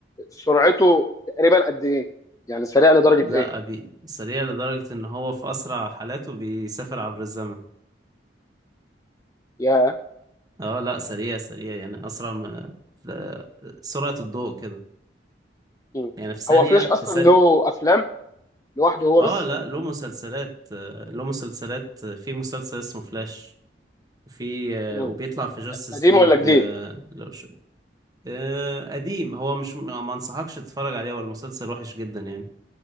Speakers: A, on the left; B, on the right.
A: سرعته تقريبا قد ايه يعني سريع لدرجه
B: لا
A: ايه
B: بي سريع لدرجة ان هو في اسرع حالاته بيسافر عبر الزمن
A: يا
B: اه لا سريع سريع يعني اسرع ما ف- سرعة الضوء كده
A: مم.
B: يعني في ثانية
A: هو فلاش
B: في
A: اصلا
B: ثانية
A: له افلام لوحده هو
B: اه
A: بس
B: لا له مسلسلات آه، له مسلسلات آه، في مسلسل اسمه فلاش في آه،
A: مم.
B: وبيطلع في جاستس
A: قديم
B: ليج
A: ولا جديد
B: لو شو آه، قديم هو مش ما انصحكش تتفرج عليه هو المسلسل وحش جدا يعني